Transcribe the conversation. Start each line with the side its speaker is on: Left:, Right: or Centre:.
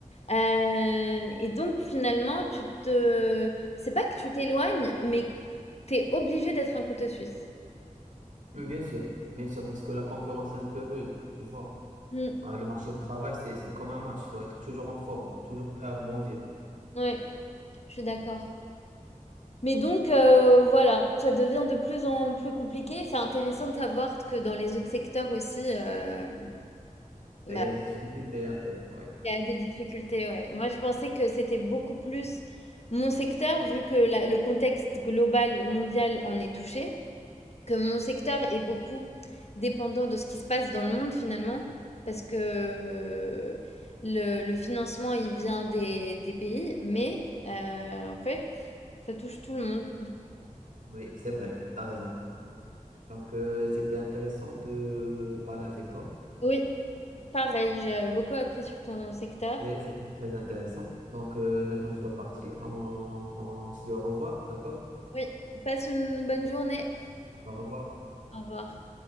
Left: Euh, et donc, finalement, tu te... C'est pas que tu t'éloignes, mais t'es obligé d'être un couteau suisse.
Right: Oui, bien sûr, bien sûr, parce que la concurrence est un peu rude, tu vois.
Left: Mm,
Right: Bah, Le marché de travail, c'est, c'est comme un match, tu dois être toujours en forme, toujours prêt à rebondir.
Left: Oui, je suis d'accord. Mais donc, heu, voilà, ça devient de plus en plus compliqué. C'est intéressant de savoir que dans les autres secteurs aussi, hem,
Right: Là,
Left: bah,
Right: il y a des difficultés un peu, oui.
Left: il y a des difficultés, ouais. Moi, je pensais que c'était beaucoup plus mon secteur, vu que la le contexte global mondial en est touché, que mon secteur est beaucoup dépendant de ce qui se passe dans le monde finalement, parce que le le financement, il vient des des pays, mais heu, en fait, ça touche tout le monde.
Right: Oui, c'est vrai, t'as raison. Donc, euh, c'était intéressant de, de parler avec toi.
Left: Oui. Pareil, j'ai beaucoup appris sur ton secteur.
Right: Oui, c'était très intéressant. Donc, euh, maintenant, je dois partir. Donc, on se dit au revoir, d'accord?
Left: Oui, passe une bonne journée.
Right: Au revoir.
Left: Au revoir.